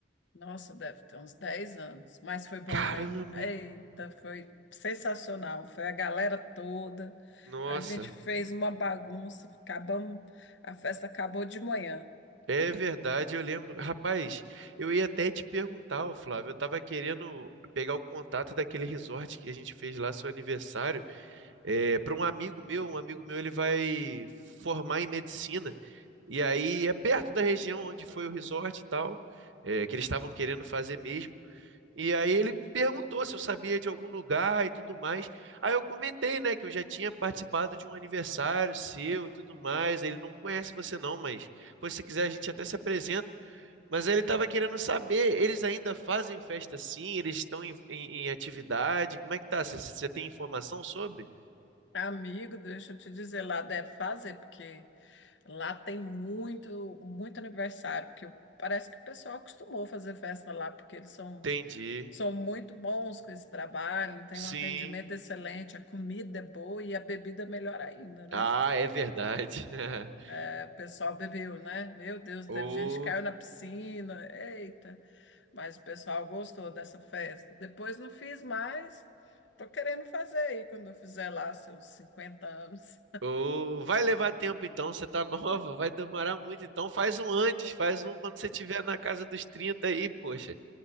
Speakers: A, on the left (about 65°); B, on the right (about 75°).
A: Nossa, deve ter uns 10 anos. Mas foi bom,
B: Caramba,
A: hein? Eita,
B: hein?
A: foi sensacional. Foi a galera toda.
B: Nossa,
A: A gente fez uma bagunça. Acabamos, a festa acabou de manhã.
B: É verdade, eu lembro. Rapaz, eu ia até te perguntar, ô Flávio, eu tava querendo pegar o contato daquele resort que a gente fez lá, seu aniversário, é, para um amigo meu. Um amigo meu, ele vai formar em medicina, e aí é perto da região onde foi o resort e tal, é, que eles estavam querendo fazer mesmo. E aí ele perguntou se eu sabia de algum lugar e tudo mais. Aí eu comentei, né, que eu já tinha participado de um aniversário seu e tudo mais. Ele não conhece você não, mas... Pois se quiser, a gente até se apresenta. Mas ele estava querendo saber, eles ainda fazem festa sim? Eles estão em, em- em atividade? Como é que tá? Você tem informação sobre?
A: Amigo, deixa eu te dizer, lá deve fazer, porque lá tem muito, muito aniversário, porque parece que o pessoal acostumou a fazer festa lá, porque eles são
B: Entendi.
A: São muito bons com esse trabalho, tem
B: Sim.
A: um atendimento excelente, a comida é boa e a bebida é melhor ainda, né?
B: Ah, é verdade. <laughs>
A: É, o pessoal bebeu, né? Meu Deus,
B: Ô,
A: teve gente que caiu na piscina, eita! Mas o pessoal gostou dessa festa. Depois não fiz mais, tô querendo fazer aí quando eu fizer lá seus 50 anos.
B: ô, vai levar tempo então, você tá nova, vai demorar muito então. Faz um antes, faz um quando você estiver na casa dos 30 aí, poxa.